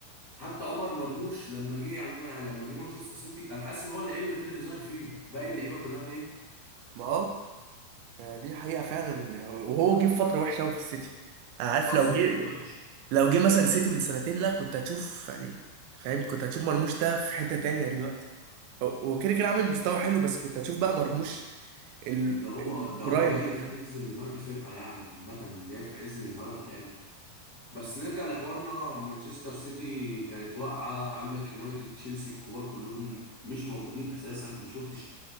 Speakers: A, on the left; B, on the right.
A: حتى عمر مرموش لما جه يعني لما جه مانشستر سيتي انا حاسس ان هو اللعيب الوحيد اللي ظاهر فيهم باقي اللعيبه كلها ميته
B: ما اه دي حقيقة فعلا وهو جه في فترة وحشة أوي في السيتي أنا عارف
A: حظه
B: لو جه
A: حظه وحش
B: لو جه مثلا السيتي من سنتين لا كنت هتشوف يعني فاهم كنت هتشوف مرموش ده في حتة تانية دلوقتي هو هو كده كده عامل مستوى حلو بس كنت هتشوف بقى مرموش ال-
A: ده هو
B: البرايم
A: ده هو جاي
B: بتاعه
A: في عز انهيار الفرقه يعني عامه جاي في عز انهيارها فعلا بس نرجع لحوارنا مانشستر سيتي كانت واقعه عندك يونايتد تشيلسي الكبار كلهم مش موجودين اساسا ما شفتش